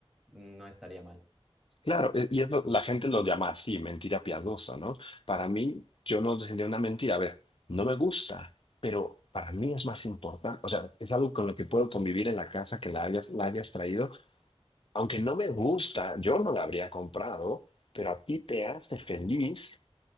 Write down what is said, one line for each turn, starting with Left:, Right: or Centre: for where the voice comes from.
Centre: no estaría mal.
Left: claro, e- y es lo- la gente lo llama así, mentira piadosa, ¿no? Para mí, yo no tendría una mentira, a ver, no me gusta, pero para mí es más importante, o sea, es algo con lo que puedo convivir en la casa que la hayas, la hayas traído, aunque no me gusta, yo no la habría comprado, pero a ti te hace feliz